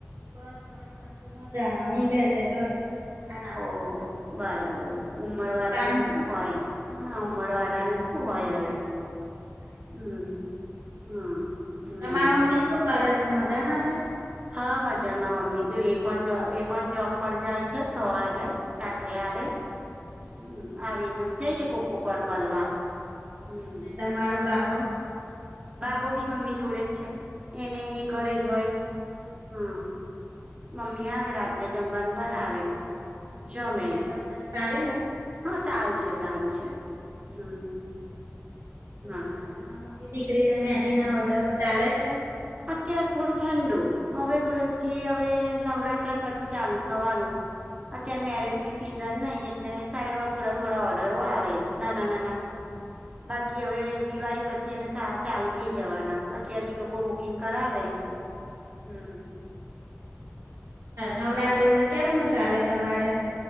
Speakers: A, on the right; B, on the right.
A: બસ મળતા મજામાં ઊંઘે છે, જો અત્યારે આરામ
B: હ બરાબર ઉમર
A: બીજું
B: વાળાને
A: કામ
B: શું હોય હા
A: બીજું
B: ઉમર
A: કામ
B: વાળાને હોય હવે
A: હા એ તો
B: હમ,
A: છે જ ને.
B: હમ, હમ, હમ
A: તમારા મમ્મી શું કરે છે, મજામાં છે.
B: હા મજામાં મમ્મી જો એ પણ જો એ પણ જોબ પર જાય છે, સવારે જાય રાત્રે આવે હમ
A: હા.
B: આવીને જઈએ કો કોક વાર મળવા હમ
A: ને તમારો બાબો
B: બાબો બી મમ્મી જોડે જ છે એને એ ઘરે જ હોય હા મમ્મી આવે રાત્રે જમવાનું બનાવે
A: હમ.
B: જમે
A: એની તબિયત સારી ને?
B: હા સારું છે સારું છે હમ
A: શું
B: હા
A: કરે તમામ મોટી દીકરીને મેદી ના ઓર્ડરો ચાલે છે
B: અત્યારે થોડું ઠંડુ હવે જે હવે નવરાત્ર પછી ચાલુ થવાનું અત્યારે
A: બરાબર
B: મેરેજ ની સિઝન નહી એટલે સાઈડમાં થોડા થોડા ઓર્ડરો આવે નાના નાના બાકી હવે દિવાળી પછી એને ચાલુ થઈ જવાના અત્યારથી લોકો કિંગ કરાવે હમ
A: નવરાત્રીમાં કેમનું ચાલે તમારે